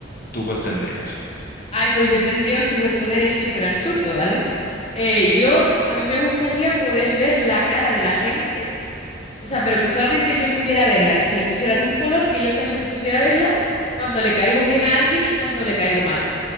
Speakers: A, on the left; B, on the left.
A: tú cuál tendrías?
B: Ay, pues yo tendría un superpoder, es súper absurdo, ¿vale? Eh, yo, a mí me gustaría poder ver la cara de la gente, o sea, pero que solamente yo pudiera verla, que se le pusiera de un color, que yo solamente pudiera verla cuando le caigo bien a alguien y cuando le caigo mal.